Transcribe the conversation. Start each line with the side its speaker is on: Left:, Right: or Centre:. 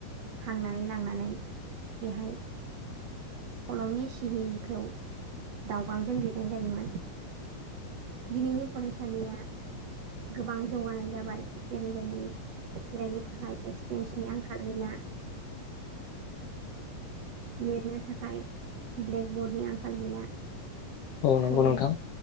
Right: थांनानै लांनानै बेहाय कलमनि सिहिखौ दावगांजों लिरनाय जायोमोन। दिनैनि फरायसालिया गोबां जौगानाय जाबाय, जेरैबायदि जिरायनो थाखाय देक्स बेन्सनि आंखाल गैला। लिरनो थाखाय ब्लेकबर्डनि आंखाल गैला।
Left: औ नंगौ
Right: फेन
Left: नोंथां